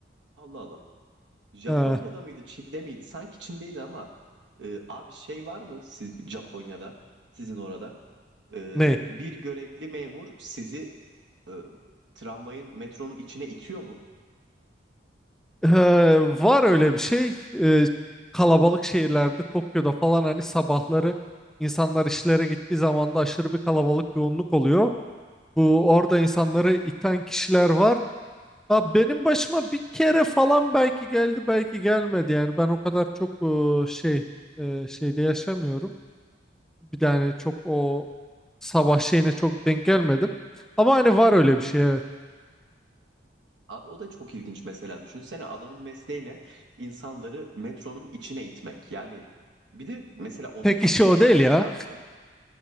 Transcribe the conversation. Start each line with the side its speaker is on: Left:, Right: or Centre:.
Right: Allah Allah. Japonya'da
Centre: Ha,
Right: mıydı, Çin'de miydi? Sanki Çin'deydi ama e, abi şey var mı siz Japonya'da, sizin orada? E,
Centre: ne?
Right: bir görevli memur sizi e, tramvayın, metronun içine itiyor mu?
Centre: Ee, var öyle bir şey. Ee, kalabalık şehirlerde Tokyo'da falan hani sabahları insanlar işlere gittiği zaman da aşırı bir kalabalık yoğunluk oluyor. Bu orada insanları iten kişiler var. Ha, benim başıma bir kere falan belki geldi belki gelmedi yani ben o kadar çok e, şey e, şeyde yaşamıyorum. Bir de hani çok o sabah şeyine çok denk gelmedim. Ama hani var öyle bir şey evet.
Right: Abi o da çok ilginç mesela. Düşünsene adamın mesleği ne? İnsanları metronun içine itmek. Yani bir de mesela onu
Centre: Tek
Right: Türkiye'de
Centre: işi o
Right: yapmaya
Centre: değil ya.
Right: kalksan